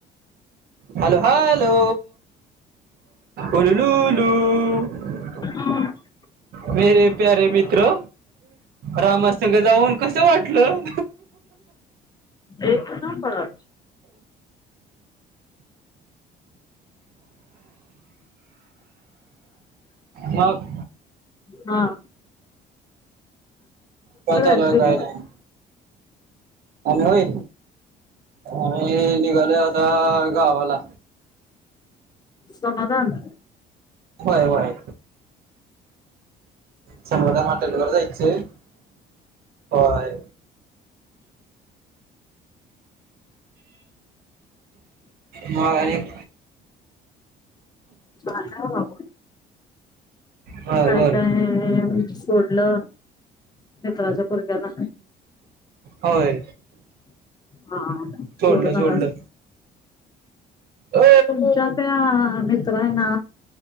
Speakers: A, on the right (about 65°); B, on the left (about 25°).
A: हॅलो हॅलो उल्लू लू लू.
B: <inaudible>
A: <inaudible> मेरे प्यारे मित्र रामासंघ जाऊन कस वाटलं?
B: एकं नंबर.
A: मग
B: हां
A: काय चालूय
B: ऍक्च्युली
A: काय नाही. आणि होय आम्ही निघालो आता गावाला.
B: समाधान.
A: होय होय. समाधान <unintelligible> <unintelligible> जायच होय. मग आणिक
B: हां हां.
A: बर
B: म काय
A: बर
B: काय. सोडलं मित्राच्या भरोश्यावर.
A: होय
B: हा
A: सोडलं
B: सोडून
A: सोडलं.
B: आला
A: अ
B: तुमच्या त्या मित्र आहे ना